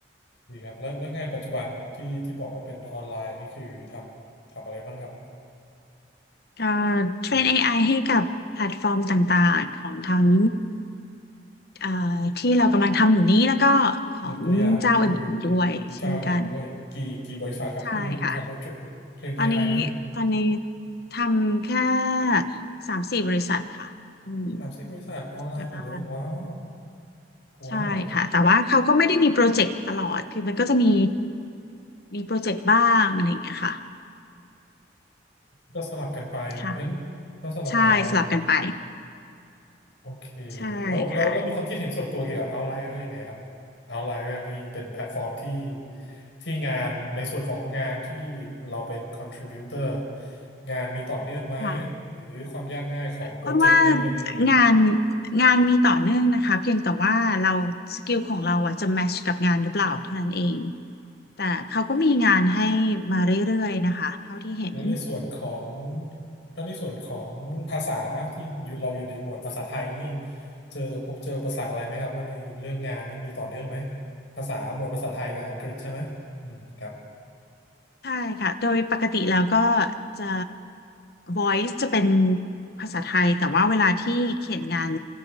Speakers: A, on the left (about 75°); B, on the left (about 55°).
A: ดีครับแล้วแล้วงานปัจจุบันที่ที่บอกว่าเป็นออนไลน์นี่คือทำทำอะไรบ้างครับ
B: ก็เทรน
A: อยู่
B: AI ให้กับแพลตฟอร์มต่างๆ ของทั้งเอ่อที่เรากำลังทำอยู่นี้แล้วก็ของเจ้าอื่นๆด้วยเช่นกัน
A: ยกตัวอย่างคือมีมีเจ้าอื่นด้วยกี่กี่บริษัทครับที่ทำให้เทรนเทรน
B: ใช่ค่ะ
A: AI
B: ตอนนี้
A: นี่
B: ตอนนี้ทำแค่สามสี่บริษัทค่ะอืม
A: สามสิบบริษัทออนไลน์หมดเลยว้าว
B: แต่ว่า
A: ว้าว
B: ใช่ค่ะแต่ว่าเขาก็ไม่ได้มีโปรเจกต์ตลอดคือมันก็จะมีมีโปรเจกต์บ้างอะไรอย่างเงี้ยค่ะ
A: ก็สลับกันไปงั้น
B: ค่ะ
A: ก็สลับอ๋อ
B: ใช่สลับกันไป
A: โอเค
B: ใช่ค่ะ
A: แล้วแล้วเรามีความคิดเห็นส่วนตัวเกี่ยวกับ Outlier ยังไงครับ Outlier นี่เป็นแพลตฟอร์มที่ที่งานในส่วนของงานที่เราเป็น contributor งานมีต่อเนื่องไหม
B: ค่ะ
A: หรือความยากง่ายของโปรเจกต์นี่เป็นยังไง
B: อ้นว่างานงานมีต่อเนื่องนะคะเพียงแต่ว่าเราสกิลของเราอ่ะจะแมชกับงานหรือเปล่าเท่านั้นเองแต่เขาก็มีงานให้มาเรื่อยๆนะคะเท่าที่เห็น
A: แล้วในส่วนของแล้วในส่วนของภาษาที่อยู่เราอยู่ในหมวดภาษาไทยนี่เจอพบเจออุปสรรคอะไรไหมครับแล้วในเรื่องงานนี่มีต่อเนื่องไหมภาษาหมวดภาษาไทยกับอังกฤษใช่ไหมอืมครับ
B: ใช่ค่ะ โดยปกติแล้วก็จะ voice จะเป็นภาษาไทย แต่ว่าเวลาที่เขียนงาน